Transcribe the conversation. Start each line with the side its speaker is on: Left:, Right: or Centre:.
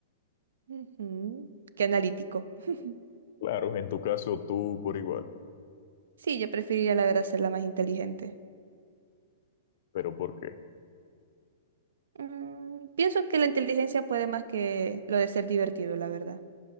Right: Ujú, Qué analítico. <laughs>
Left: Claro, en tu caso tú por igual,
Right: Sí, yo preferiría la verdad ser la más inteligente.
Left: pero ¿por qué?
Right: Mm, pienso que la inteligencia puede más que lo de ser divertido, la verdad.